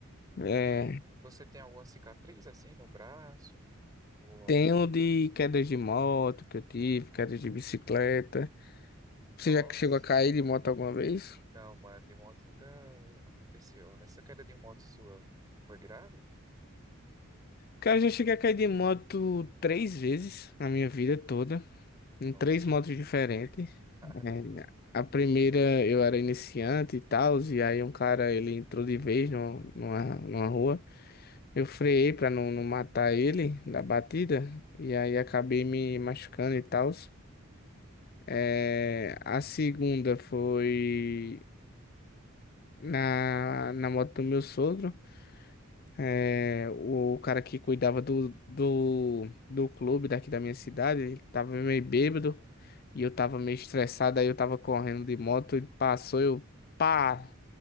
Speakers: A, on the left; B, on the right.
A: É,
B: E você tem alguma cicatriz assim no braço? Ou alguma.
A: Tem o de quedas de moto que eu tive, quedas de bicicleta. Você
B: Nossa.
A: já chegou a cair de moto alguma vez?
B: Não, mano, de moto nunca aconteceu. Essa queda de moto sua foi grave?
A: Cara, eu já cheguei a cair de moto três vezes na minha vida toda, em
B: Nossa,
A: três motos
B: mano.
A: diferentes.
B: Caramba.
A: É, a primeira eu era iniciante e tal, e aí um cara ele entrou de vez no, numa, numa rua. Eu freiei pra não, não matar ele da batida,
B: Uhum,
A: e
B: uhum,
A: aí acabei me machucando e tal.
B: uhum.
A: É, a segunda foi. na, na moto do meu sogro. É, o cara que cuidava do, do, do clube daqui da minha cidade, ele tava meio bêbado
B: uhum.
A: e eu tava meio estressado, aí eu tava correndo de moto, ele passou, eu pá